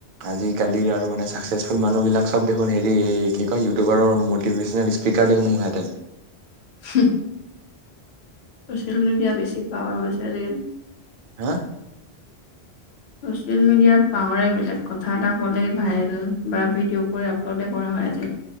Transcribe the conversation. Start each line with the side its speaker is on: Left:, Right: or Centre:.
Right: আজিকালি আৰু মানে চাকচেচফুল আজিকালি আৰু চাকছেছ মানুহবিলাক চব দেখোন হেৰি এই কি কয় ইউটিউবাৰৰ মটিভেশ্যনেল স্পীকাৰ। মন।
Left: হুমহ। চ'চিয়েল মিডিয়া বেছি পাৱাৰ হৈছে আজিকালি।
Right: হা।
Left: চচিয়েল মিডিয়াৰ পাৱাৰে বেলেগ কথা এটা কলে ভাইৰেল বা ভিডিঅ' কৰি আপলোড কৰা হয়। হয় আজিকালি।